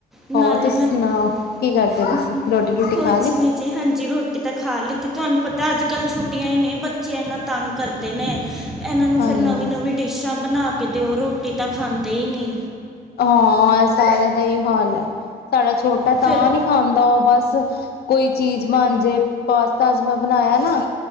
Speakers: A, in the centre; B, on the left (about 65°).
A: ਨਾਲੇ
B: ਹੋਰ ਤੁਸੀਂ
A: ਮੈਂ
B: ਸੁਣਾਓ ਕੀ ਕਰਦੇ
A: <inaudible>
B: ਪਏ ਸੀ ਰੋਟੀ ਰੂਟੀ
A: ਕੁਛ
B: ਖਾ ਲਈ
A: ਨੀ ਜੀ ਹਾਂਜੀ ਰੋਟੀ ਤੇ ਖਾ ਲਿੱਤੀ ਧਾਨੂੰ ਪਤਾ ਅੱਜ ਕੱਲ ਛੁੱਟੀਆਂ ਹੀ ਨੇ ਬੱਚੇ ਐਨਾ ਤੰਗ ਕਰਦੇ ਨੇ। ਐਨਾ ਨੂੰ
B: ਹਾਂਜੀ
A: ਫਿਰ ਨਵੀਂ ਨਵੀਂ ਡਿਸ਼ਾਂ ਬਣਾ ਕੇ ਦਿਓ, ਰੋਟੀ ਤਾਂ ਖਾਂਦੇ ਈ ਨੀ।
B: ਹਾਂਅ ਏ ਸਾਰਿਆਂ ਦਾ ਏਓ ਹਾਲ ਐ, ਸਾਡਾ ਛੋਟਾ ਤਾਂ
A: ਫਿਰ
B: ਆ ਨੀ ਖਾਂਦਾ ਉਹ ਬਸ ਕੋਈ ਚੀਜ਼ ਬਨਜੇ, ਪਾਸਤਾ ਅਜ ਮੈਂ ਬਣਾਇਆ ਏ ਨਾ